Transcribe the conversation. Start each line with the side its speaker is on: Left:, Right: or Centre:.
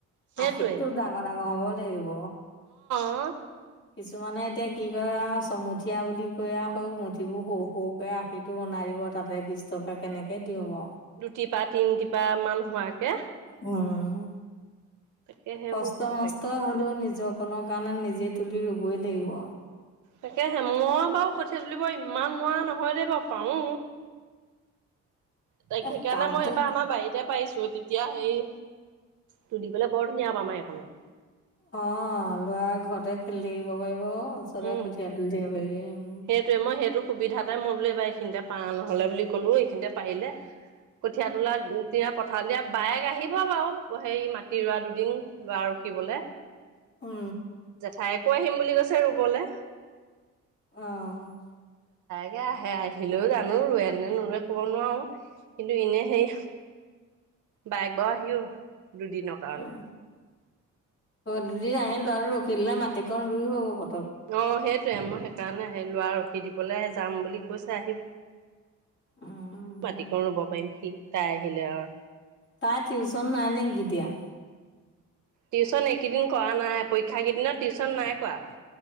Right: সেইটোৱে
Left: আশিটো ডাঙৰ ডাঙৰ হ'ব লাগিব।
Right: হ
Left: কিছুমানে এতিয়া কি কৰে আৰু চমুঠীয়া বুলি কৈ আকৌ মুঠিবোৰ সৰু সৰুকে আখিটো বনাই দিব তাতে বিশ টকা কেনেকে দি হ'ব।
Right: দুটিপা তিনটিপ মান হোৱাকে।
Left: উম।
Right: তাকে সেইবোৰ
Left: কষ্ট
Right: সঁচাকে
Left: মষ্ট হ'লেওঁ নিজৰকণৰ কাৰণে নিজে তুলি ৰুবই লাগিব।
Right: তাকেহে মই বাৰু কঠিয় তলিবাৰ ইমান নোৱাৰ নহয় দে বাৰু পাওঁ।
Left: <inaudible>
Right: ত' সেইকাৰণে
Left: কামটো
Right: মই এবাৰ আমাৰ বাৰীতে পাইছো তেতিয়া সেই তোৰ দি পেলাই বৰ ধুনীয়া প মাৰ এখনত
Left: অ', ল'ৰা ঘৰতে খেলি থাকিব পাৰিব। ও চৰা
Right: উম।
Left: কঠিয়ীয়া দ দিব পাৰি, উম।
Right: সেইটোৱে মই সেইটো সুবিধাতে মই বোলো এইবাৰ এইখিনিতে পা নহ'লে বুলি ক'লো এইখিনিতে পাৰিলে। কঠীয়া তোলা পথাৰ দিয়া বাইেক আহিব বাৰু সেই মাটি ৰোৱা দুদিন আৰু কিবলে লে
Left: উম
Right: জেঠাইকো আহিম বুলি কৈছে ৰুবলৈ।
Left: অ'।
Right: তাকে আহে আহিলেও জানো ৰোৱেনে নৰুৱে ক'ব নোৱাৰো কিন্তু এনে হেৰি বাইক ব' আহিও দুদিনৰ কাৰণে।
Left: অ দুদিন আহে ল'ৰাটো ৰখিল নে মাটিকণ ৰুই হ'ব প
Right: অ', সেইটৱো মোৰ সেইকাৰণে অ', ল'ৰা ৰখি দিবলৈ যাম বুলি কৈছে আহি
Left: উম
Right: মাটিকো ৰুব পাৰিম সি তাই আহিলে আৰু।
Left: তাৰ টিউচন নাই নেকি এতিয়া।
Right: টিউশচন এইকেইদিন কৰা নাই পৰীক্ষা কেইদিনত টিউশচন নাই কৰা।